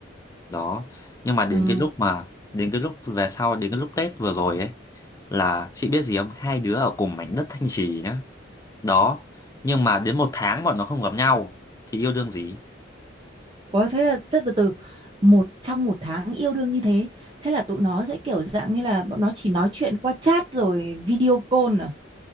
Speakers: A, on the left (about 20°); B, on the right (about 30°).
A: đó nhưng mà đến
B: ừ.
A: cái lúc mà đến cái lúc về sau đến cái lúc Tết vừa rồi ấy là chị biết gì không hai đứa ở cùng mảnh đất Thanh Trì nhá đó nhưng mà đến một tháng bọn nó không gặp nhau thì yêu đương gì
B: Ủa thế là thế từ từ một trong một tháng yêu đương như thế thế là tụi nó sẽ kiểu dạng như là bọn nó chỉ nói chuyện qua chat rồi video call à